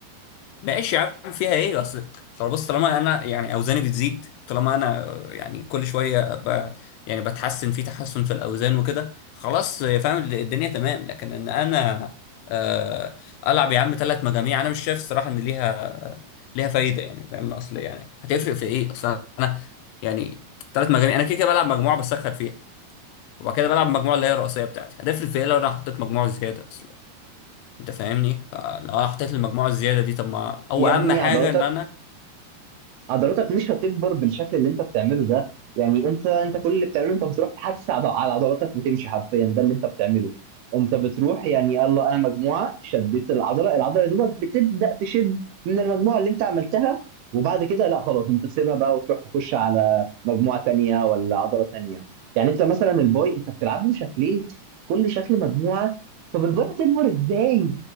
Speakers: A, on the left; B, on the right.
A: ماشي يا عم فيها ايه اصل طالما بص طالما انا يعني اوزاني بتزيد طالما انا يعني كل شويه ب... يعني بتحسن في تحسن في الاوزان وكده خلاص فاهم الدنيا تمام لكن ان انا آه، العب يا عم ثلاث مجاميع انا مش شايف الصراحه ان ليها ليها فايده يعني فاهم اصل يعني هتفرق في ايه اصل انا يعني ثلاث مجاميع انا كده كده بلعب مجموعه بسخن فيها وبعد كده بلعب المجموعه اللي هي الرئيسيه بتاعتي هتفرق في ايه لو انا حطيت مجموعه زياده اصل انت فاهمني فلو انا حطيت المجموعه الزياده دي طب ما او
B: يا
A: اهم
B: ابني
A: حاجه
B: عضلات
A: ان انا
B: عضلاتك مش هتكبر بالشكل اللي انت بتعمله ده يعني انت انت كل اللي بتعمله انت بتروح تحفز عض- على عضلاتك وتمشي حرفيا ده اللي انت بتعمله انت بتروح يعني يلا انا مجموعه شديت العضله العضله يا دوبك بتبدا تشد من المجموعه اللي انت عملتها وبعد كده لا خلاص انت تسيبها بقى وتروح تخش على مجموعه تانية ولا عضله تانية يعني انت مثلا الباي انت بتلعب له شكلين كل شكل مجموعه طب الباي هتكبر ازاي